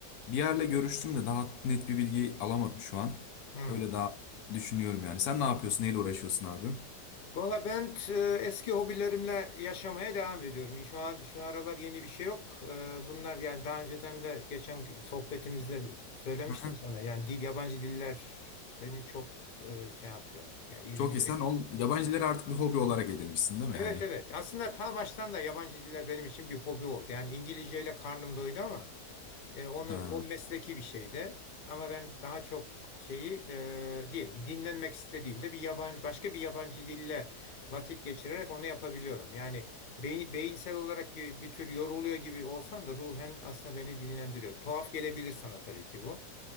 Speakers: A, on the left (about 70°); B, on the left (about 55°).
A: bir yerle görüştüm de daha net bir bilgi alamadım şu an.
B: Hmm.
A: Öyle daha düşünüyorum yani. Sen ne yapıyorsun? Neyle uğraşıyorsun abim?
B: Valla ben t- eski hobilerimle yaşamaya devam ediyorum. Şu an şu aralar yeni bir şey yok. E, bunlar yani daha önceden de geçen sohbetimizde söylemiştim
A: <laughs>
B: sana. Yani dil yabancı diller beni çok e, şey yapıyor. Yani ilgimi
A: Çok iyi.
B: çekiyor.
A: Sen on, yabancıları artık bir hobi olarak edinmişsin değil mi?
B: Evet
A: Hani
B: evet. Aslında ta baştan da yabancı diller benim için bir hobi oldu. Yani İngilizceyle karnım doydu ama. E, onu
A: ha,
B: o mesleki bir şey de ama ben daha çok şeyi e, diyelim ki dinlenmek istediğimde bir yabancı başka bir yabancı dille vakit geçirerek onu yapabiliyorum. Yani beyin, beyinsel olarak bir, bir tür yoruluyor gibi olsam da ruhen aslında beni dinlendiriyor. Tuhaf gelebilir sana tabii ki bu.